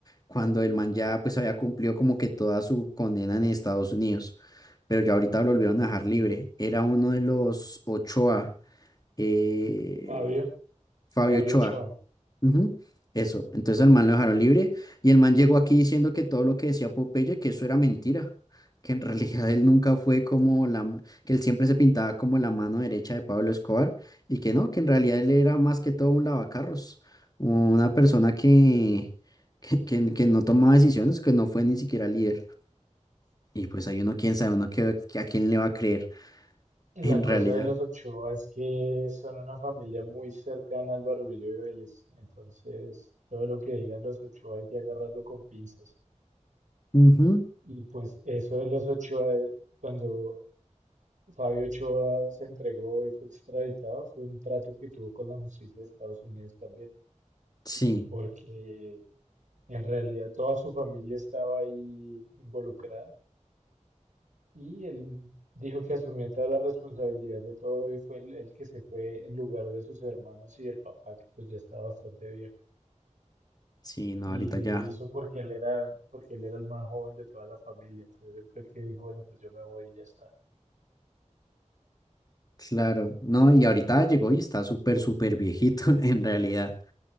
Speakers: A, on the left; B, on the right.
A: cuando el man ya pues había cumplido como que toda su condena en Estados Unidos, pero ya ahorita lo volvieron a dejar libre. Era uno de los Ochoa, eh,
B: Fabio,
A: Fabio
B: Fabio
A: Ochoa.
B: Ochoa.
A: Ujú, Eso, entonces al man lo dejaron libre y el man llegó aquí diciendo que todo lo que decía Popeye, que eso era mentira, que en <laughs> realidad él nunca fue como la, ma- que él siempre se pintaba como la mano derecha de Pablo Escobar y que no, que en realidad él era más que todo un lavacarros, una persona que, <laughs> que, que- que no tomaba decisiones, que no fue ni siquiera líder. Y pues hay uno, quién sabe, uno que, que a quién le va a creer
B: La
A: en
B: cosa
A: realidad.
B: de los Ochoa es que son una familia muy cercana al Álvaro Uribe Vélez, entonces todo lo que digan los Ochoa hay que agarrarlo con pinzas.
A: Ujú,
B: Y pues eso de los Ochoa, eh, cuando Fabio Ochoa se entregó y fue extraditado, fue un trato que tuvo con la justicia de Estados Unidos también,
A: Sí,
B: porque en realidad toda su familia estaba ahí involucrada Y él dijo que asumía toda la responsabilidad de todo y fue el, el que se fue en lugar de sus hermanos y del papá, que pues ya estaba bastante viejo.
A: sí, no,
B: Y
A: ahorita
B: lo
A: ya.
B: hizo porque él era, porque él era el más joven de toda la familia. Entonces él fue el que dijo, bueno, pues yo me voy y ya está.
A: Claro, no, y ahorita llegó y está súper, súper viejito <laughs> en realidad.